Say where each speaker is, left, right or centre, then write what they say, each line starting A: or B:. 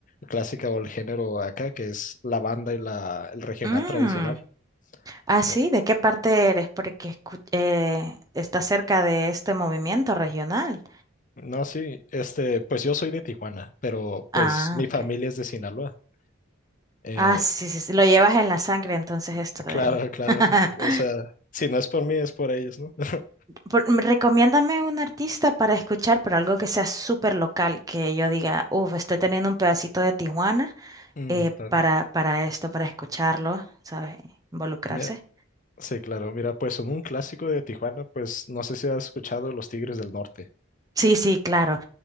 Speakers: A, on the left (about 40°); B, on the right (about 20°).
A: clásica o el género acá, que es la banda y la,
B: <laughs>
A: el regional
B: Mm.
A: tradicional.
B: Ah,
A: Eh,
B: sí, ¿de qué parte eres? Porque escu- eh, está cerca de este movimiento regional.
A: no, sí, este, pues yo soy de Tijuana, pero pues
B: Ah,
A: mi
B: ok.
A: familia es de Sinaloa. Eh,
B: Ah, sí, sí, sí, lo llevas en la sangre entonces
A: <laughs>
B: esto
A: claro,
B: de...
A: claro,
B: <laughs>
A: o sea, si no es por mí es por ellos, ¿no? <laughs>
B: Por- m- recomiéndame un artista para escuchar, pero algo que sea súper local, que yo diga, uff, estoy teniendo un pedacito de Tijuana
A: Mm,
B: eh,
A: claro.
B: para, para esto, para escucharlo, ¿sabes? Involucrarse.
A: Mira, Sí, claro. Mira, pues en un clásico de Tijuana, pues no sé si has escuchado Los Tigres del Norte.
B: Sí, sí, claro.